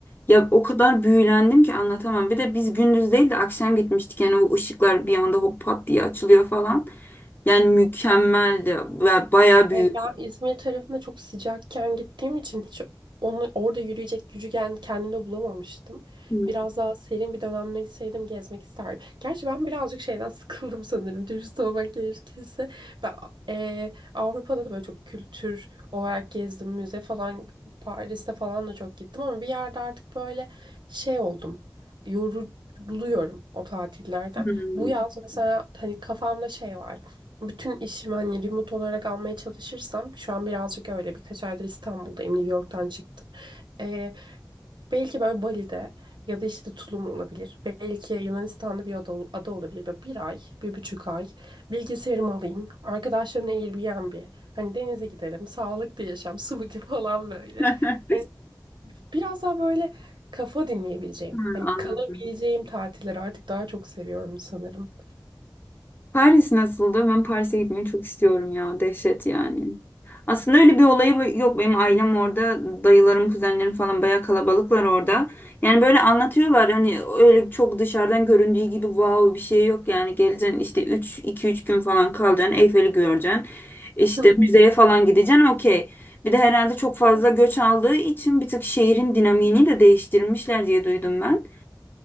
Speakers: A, on the left; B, on the right.
A: Ya o kadar büyülendim ki anlatamam. Bir de biz gündüz değil de akşam gitmiştik. Yani o ışıklar bir anda hop pat diye açılıyor falan. Yani mükemmeldi. Ve bayağı büyük.
B: Evet, ben İzmir tarafında çok sıcakken gittiğim için hiç onu orada yürüyecek gücü gen- kendimde bulamamıştım.
A: Hmm.
B: Biraz daha serin bir dönemde gitseydim gezmek isterdim. Gerçi ben birazcık şeyden <laughs> sıkıldım sanırım dürüst olmak gerekirse. Ben e, Avrupa'da da böyle çok kültür olarak gezdim. Müze falan Paris'te falan da çok gittim ama bir yerde artık böyle şey oldum. Yoruluyorum o tatillerden.
A: Hmm.
B: Bu yaz mesela hani kafamda şey var. Bütün işimi hani remote olarak almaya çalışırsam şu an birazcık öyle birkaç aydır İstanbul'dayım New York'tan çıktım. Ee, belki böyle Bali'de ya da işte Tulum olabilir. Belki Yunanistan'da bir ada, ada olabilir. Böyle bir ay, bir buçuk ay bilgisayarımı alayım. Arkadaşlarımla Airbnb. Hani denize gidelim, sağlıklı yaşam, <laughs> smoothie falan böyle.
A: <laughs>
B: Hani biraz daha böyle kafa dinleyebileceğim.
A: Ha,
B: Hani
A: Anladım.
B: kalabileceğim tatilleri artık daha çok seviyorum sanırım.
A: Paris nasıldı? Ben Paris'e gitmeyi çok istiyorum ya. Dehşet yani. Aslında öyle bir olayı yok. Benim ailem orada. Dayılarım, kuzenlerim falan bayağı kalabalıklar orada. Yani böyle anlatıyorlar. Hani öyle çok dışarıdan göründüğü gibi wow bir şey yok. Yani geleceksin işte üç iki üç gün falan kalacaksın. Eyfel'i göreceksin. İşte
B: <laughs>
A: müzeye falan gideceksin. Okey. Bir de herhalde çok fazla göç aldığı için bir tık şehrin dinamiğini de değiştirmişler diye duydum ben.